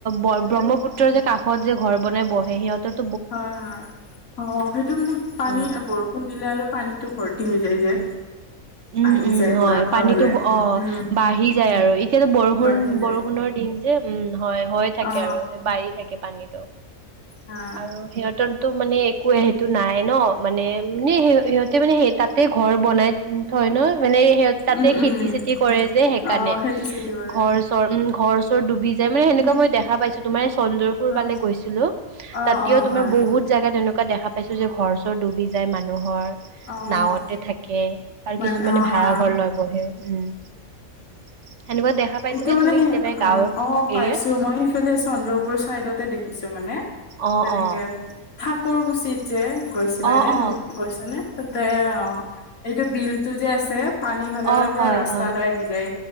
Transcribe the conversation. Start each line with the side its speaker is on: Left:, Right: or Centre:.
Right: ব্ৰহ্মপুত্ৰৰ যে কাষত- যে ঘৰ বনাই বহে সিহঁতৰ
Left: হয় হয়, অ সেইটো কিন্তু পানী
Right: উম
Left: বৰষুণ দিলে আৰু পানীটো ভৰ্তি হৈ যায় যে।
Right: উম
Left: আহি
Right: উম
Left: যায় পুৰা
Right: হয়
Left: ঘৰলে
Right: পানীতো অ
Left: উম
Right: বাঢ়ি যায় আৰু এতিয়াতো বৰষুণ
Left: বাঢ়ি যায়
Right: বৰষুণৰ দিন যে উম হয় হয় থাকে
Left: অ
Right: আৰু বাঢ়ি থাকে পানীতো,
Left: হা
Right: আৰু সিহঁতৰতো মানে একোৱে সেইটো নাই ন মানে স সিহঁতে মানে সেই তাতে ঘৰ বনাই থয় ন মানে সিহতে তাতে
Left: উম
Right: খেতি-
Left: উম
Right: চেতি কৰে যে সেইকাৰণে,
Left: অ', খেতি চেতি কৰে
Right: ঘৰ- চ উম ঘৰ চৰ ডুবি যায় মানে সেনেকুৱা
Left: উম,
Right: মই দেখা পাইছো তোমাৰ চন্দ্ৰ পুৰ
Left: অ',
Right: ফালে গৈছিলো
Left: অ',
Right: তাতেও
Left: অ',
Right: তোমাৰ
Left: হয়
Right: বহুত জেগাত এনেকুৱা দেখা পাইছো যে ঘৰ-চৰ ডুবি যায় মানুহৰ
Left: অ',
Right: নাৱতে থাকে আৰু
Left: মানে
Right: কিছুমানে
Left: অ',
Right: ভাড়া
Left: হা
Right: ঘৰ লৈ বহে উম সেনেকুৱা দেখা পাইছেনে
Left: এইটো মানে
Right: তুমি
Left: সেই
Right: কেতিয়াবা গাঁৱৰ
Left: অ পাইছো
Right: এৰিয়াত
Left: মই সেইফালে চন্দ্ৰপুৰ চাইদতে দেখিছো মানে
Right: অ
Left: তেনেকে
Right: অ
Left: থাক থাকুৰকুছি যে, গৈছিলানে
Right: অ অ।
Left: তুমি গৈছানে? তাতে অ এইটো বিলটো যে আছে পানী হলে মানে
Right: অ
Left: পুৰা
Right: হয়
Left: ৰাস্তালৈ
Right: হয়
Left: আহি যায়